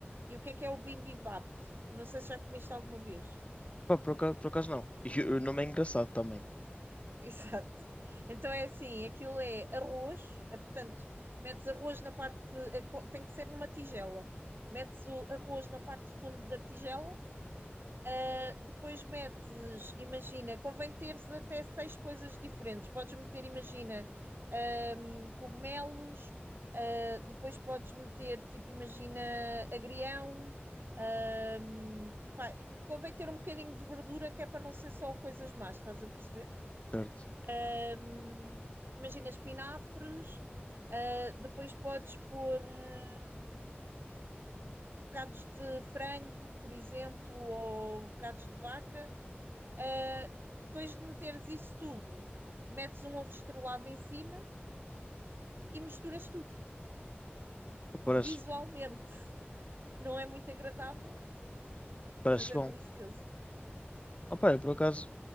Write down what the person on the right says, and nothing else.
E o que é que é o bibimbap? Não sei se já comiste alguma vez.
<laughs> Exato. Então é assim, aquilo é arroz, é portanto, metes arroz na parte, é co- tem que ser numa tigela. Metes o arroz na parte de fundo da tigela Uh, depois metes, imagina, convém teres até seis coisas diferentes. Podes meter, imagina, um, cogumelos, uh, depois podes meter, tipo, imagina, agrião. um, pá, convém ter um bocadinho de verdura, que é para não ser só coisas más, estás a perceber?
Um, imagina, espinafres. Uh, depois podes pôr uh, bocados de frango, por exemplo, ou bocados de vaca. Ah, depois de meteres isso tudo, metes um ovo estrelado em cima e misturas tudo.
Visualmente, não é muito agradável,
mas é
delicioso.